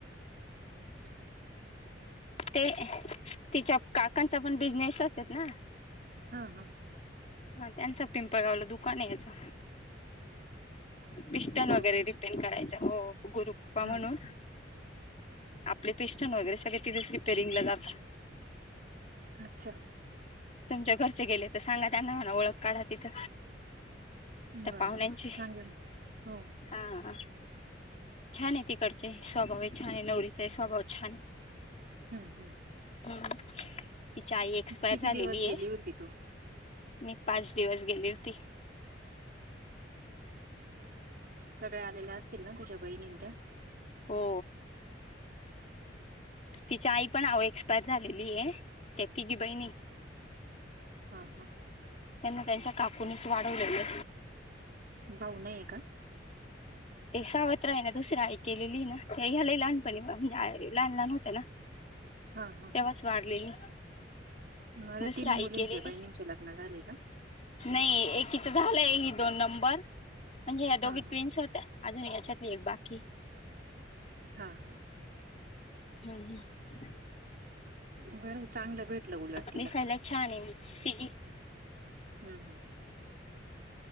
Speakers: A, on the right (about 55°); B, on the left (about 40°).
A: अच्छा.
B: ते तिच्या काकांचा पण बिजनेस असचेत ना.
A: हा हम.
B: त्यांचं पिंपळ गावलं दुकान आहे याचा पिस्टन
A: हो
B: वगैरे
A: का
B: रिपेन करायच हो गुरुकृपा म्हणून
A: हम्म
B: आपले पेस्टन वगैरे सगळे तिथेच रिपेरिंगला जात.
A: अच्छा.
B: तुमच्या घरचे गेले तर सांगा त्यांना म्हणा ओळख काढा. तिथ त्या
A: बरं
B: पाहुण्यांची
A: बरं सांगेल हो
B: हा. छान आहे तिकडचे स्वभाव छान आहे नवरीचा आहे स्वभाव छान आहे.
A: हम्म हम्म.
B: तिच्या आई एक्सपायर
A: किती
B: झालेली
A: दिवस गेली
B: आहे
A: होती तू
B: मी पाच दिवस गेली होती.
A: सगळे्या आलेल्या असतील ना तुझ्या बहिणींन त्या
B: हो. तिच्या आई पण आहो एक्सपायर झालेली आहे त्या तिघी बहिणी
A: हा हा.
B: त्यांना त्यांच्या काकुनीच वाढवलेले
A: भाऊ नाहीे का?
B: ते सावत्र आहे ना दुसरी आई केलेली ना ते या लय लहानपणी म्हणजे लहान लहान होत ना.
A: हा हा
B: तेव्हाच
A: हा.
B: वाढलेली
A: मला्या
B: दुसरी
A: तिन्ही
B: आई
A: मुलींचे
B: केलेली
A: बहिणींचे लग्न झाले. का?
B: नाही एकीच झालंय हि दोन नंबर म्हणजे या
A: हा
B: दोघी
A: हा
B: ट्विन्स होत्या अजून याच्यात एक बाकी
A: हा हा.
B: हम्म हम्.
A: बरं चांगलं. भेटलं उलट तिला
B: दिसायला छान आहे ति जी
A: हम्म.